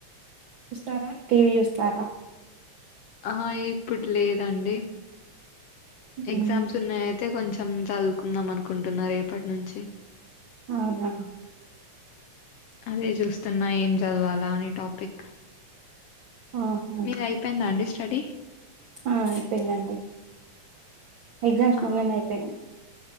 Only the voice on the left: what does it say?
ఆహా ఇప్పుడు లేదండి ఎగ్జామ్స్
ఉన్నాయి అయితే కొంచెం చదువు కుందాం అనుకుంటున్నా రేపటి నుంచి
అదే చూస్తున్నా ఏం చదవాలా అని టాపిక్
మీది అయిపోయిందా అండి స్టడీ
ఆ